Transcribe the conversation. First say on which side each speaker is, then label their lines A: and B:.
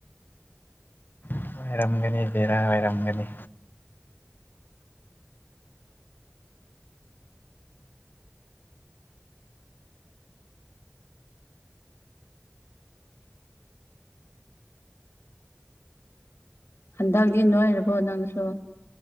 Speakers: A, on the left; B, on the left.
A: ꯑꯣꯏꯔꯝꯒꯅꯤ ꯕꯦꯔꯥ ꯑꯣꯏꯔꯝꯒꯅꯤ
B: ꯍꯟꯗꯛꯗꯤ ꯅꯣꯏꯔꯕꯣ ꯅꯪꯁꯨ